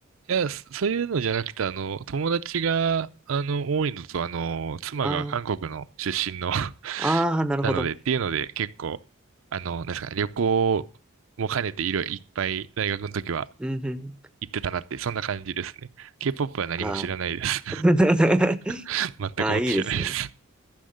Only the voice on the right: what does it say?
いや、そそういうのじゃなくて、あの、友達が、あの、多いのと、あの、妻が韓国の出身の
<laughs>
なのでっていうので、結構、あの、なんですかね、旅行も兼ねていろいろいっぱい大学の時は
行ってたなって、そんな感じですね。K-POP は何も知らないです。
<laughs> 全くもって知らないです。